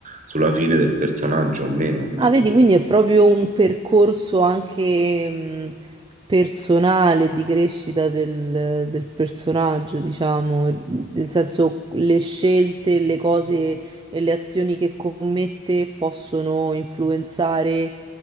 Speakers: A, on the right; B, on the right.
A: sulla fine del personaggio o meno.
B: Ah,
A: Ecco.
B: vedi, quindi è proprio un percorso anche mh, personale di crescita del, del personaggio, diciamo, nel senso le scelte, le cose e le azioni che commette possono influenzare,